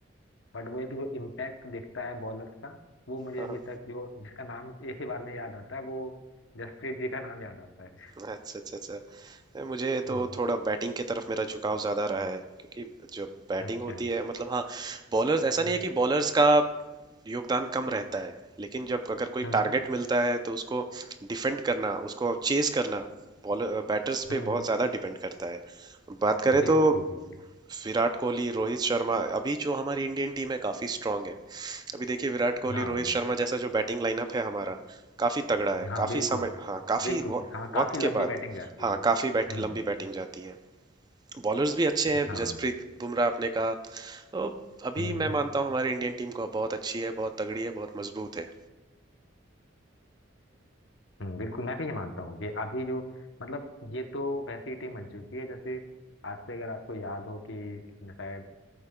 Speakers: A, on the left; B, on the right.
A: बट वो एक जो इम्पैक्ट दिखता है बॉलर्स का वो मुझे
B: हाँ
A: अभी तक जो जिसका नाम एक ही बार में याद आता है वो जसप्रीत जी का नाम याद आता है
B: अच्छा अच्छा अच्छा है, मुझे तो
A: हम्म।
B: थोड़ा बैटिंग की तरफ मेरा झुकाव ज्यादा रहा है क्योंकि जो बैटिंग
A: अच्छा
B: होती है मतलब हाँ बॉलर्स ऐसा
A: हम्म
B: नहीं है कि बॉलर्स का योगदान कम रहता है लेकिन जब अगर कोई
A: हम्म
B: टारगेट मिलता है तो उसको डिफेंड करना उसको चेज करना बॉलर बैटर्स पे
A: हम्म हम्म,
B: बहुत ज्यादा डिपेंड करता है बात करें
A: बिल्कुल
B: तो
A: बिल्कुल
B: विराट कोहली रोहित शर्मा अभी जो हमारी इंडियन टीम है काफी स्ट्रांग है अभी देखिए विराट कोहली
A: हाँ
B: रोहित
A: न-
B: शर्मा जैसा जो बैटिंग लाइनअप है हमारा काफी तगड़ा है
A: हाँ
B: काफी
A: बिल्कुल
B: समय हाँ काफी
A: बिल्कुल
B: वक-
A: हाँ काफी
B: वक्त
A: लंबी
B: के बाद
A: बैटिंग जाती
B: हाँ
A: है
B: काफी बैट,
A: हम्म
B: लंबी बैटिंग जाती है बॉलर्स भी अच्छे हैं
A: हाँ
B: जसप्रीत बुमराह आपने कहा तो अभी
A: हम्म
B: मैं
A: हम्म
B: मानता हूँ हमारी इंडियन टीम को बहुत अच्छी है बहुत तगड़ी है बहुत मजबूत है
A: हम्म, बिल्कुल मैं भी ये मानता हूँ कि अभी जो मतलब ये तो वैसी टीम बन चुकी है जैसे आज से अगर आपको याद हो कि कितने शायद